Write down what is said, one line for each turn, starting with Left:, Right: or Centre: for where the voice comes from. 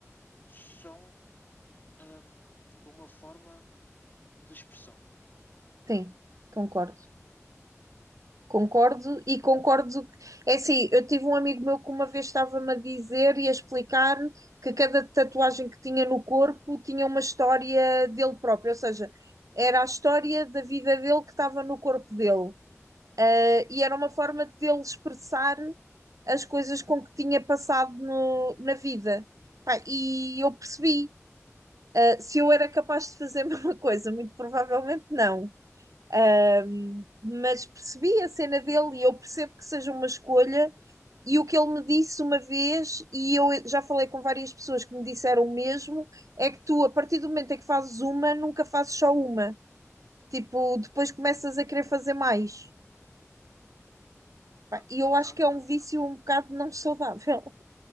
Left: são hum, uma forma de expressão.
Right: Sim, concordo. Concordo e concordo. É assim, eu tive um amigo meu que uma vez estava-me a dizer e a explicar que cada tatuagem que tinha no corpo tinha uma história dele próprio, ou seja, era a história da vida dele que estava no corpo dele. Eh, E era uma forma de ele expressar as coisas com que tinha passado no- na vida. Pá, e eu percebi, Eh, se eu era capaz de fazer <laughs> a mesma coisa, muito provavelmente não. Um, mas percebi a cena dele e eu percebo que seja uma escolha. E o que ele me disse uma vez, e eu já falei com várias pessoas que me disseram o mesmo, é que tu, a partir do momento em que fazes uma, nunca fazes só uma. Tipo, depois começas a querer fazer mais.
Left: Pá,
Right: Pá, E
Left: mas
Right: eu acho
Left: sabes?
Right: que é um
Left: Hum,
Right: vício um bocado não saudável.